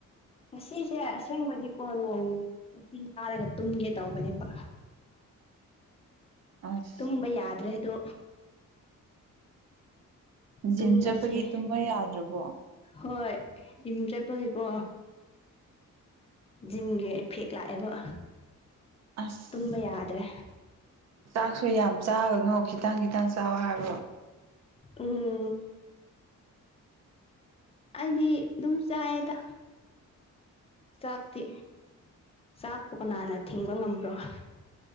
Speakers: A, on the left; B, on the right.
A: ꯉꯁꯤꯁꯦ ꯑꯁꯦꯡꯕꯗꯤꯀꯣ ꯅꯣꯡ ꯅꯨꯡꯇꯤ ꯇꯥꯔꯒ ꯇꯨꯝꯒꯦ ꯇꯧꯕꯅꯦꯕ꯫
B: ꯑꯁ
A: ꯇꯨꯝꯕ ꯌꯥꯗ꯭ꯔꯦ ꯑꯗꯣ
B: ꯖꯤꯝ
A: ꯇꯨꯝꯕꯁꯦ
B: ꯆꯠꯄꯒꯤ ꯇꯨꯝꯕ ꯌꯥꯗ꯭ꯔꯕꯣ꯫
A: ꯍꯣꯏ ꯖꯤꯝ ꯆꯠꯄꯒꯤꯀꯣ꯫ ꯖꯤꯝꯒꯤ ꯏꯐꯦꯛ ꯂꯥꯛꯑꯦꯕ
B: ꯑꯁ
A: ꯇꯨꯝꯕ ꯌꯥꯗ꯭ꯔꯦ꯫
B: ꯆꯥꯛꯁꯨ ꯌꯥꯝ ꯆꯥꯒꯅꯣ ꯈꯤꯇꯪ ꯈꯤꯇꯪ ꯆꯥꯎ ꯍꯥꯏꯕ꯭ꯔꫭ꯫
A: ꯎꯝ꯫ ꯑꯩꯗꯤ ꯑꯗꯨꯝ ꯆꯥꯑꯦꯗ꯫ ꯆꯥꯛꯇꯤ ꯆꯥꯛꯄꯨ ꯀꯅꯥꯟꯅ ꯊꯤꯡꯕ ꯉꯝꯕ꯭ꯔꫭ꯫